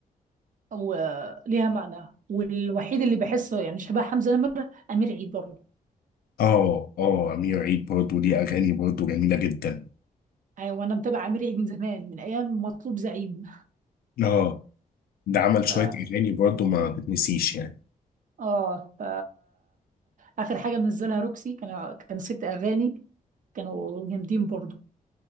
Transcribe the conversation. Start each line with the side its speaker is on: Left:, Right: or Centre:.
Right: وليها معنى والوحيد اللي بحسه يعني شبه حمزة نمرة أمير عيد برضه
Left: اه اه امير عيد برضه ليه اغاني برضه جميله جدا
Right: يعني وأنا متابعة أمير عيد من زمان من أيام مطلوب زعيم
Left: اه ده عمل
Right: ف
Left: شويه اغاني برضه ما تتنسيش يعني
Right: آه ف آخر حاجة منزلها روكسي كان كان ست أغاني كانوا جامدين برضه